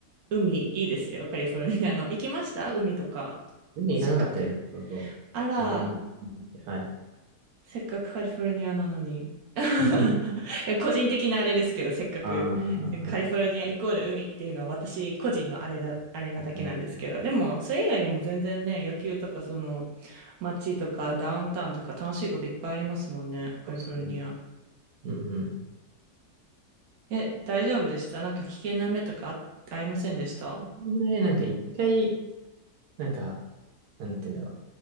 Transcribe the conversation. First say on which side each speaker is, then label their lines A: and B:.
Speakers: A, on the right; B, on the right.
A: 海いいですよ、カリフォルニアの。行きました海とか。
B: 海行かなかったです。
A: せっかく。
B: そうそ
A: あら、
B: う。ならなかったはい。
A: せっかくカリフォルニアなのに。<laughs> いや個人的なあれですけど、
B: <laughs>
A: せっかく
B: ああ、
A: カリフォルニアイコール海っていうのは私個人のあれだ、あれなだけなんですけど、
B: はい。
A: でもそれ以外にも全然ね、野球とかその街とかダウンタウンとか楽しいこといっぱいありますもんね、カリフォルニア。
B: そうですね。うんうん。
A: え、大丈夫でしたなんか危険な目とかあ、ありませんでした
B: こんなになんか一回、なんか、なんて言うんだろう。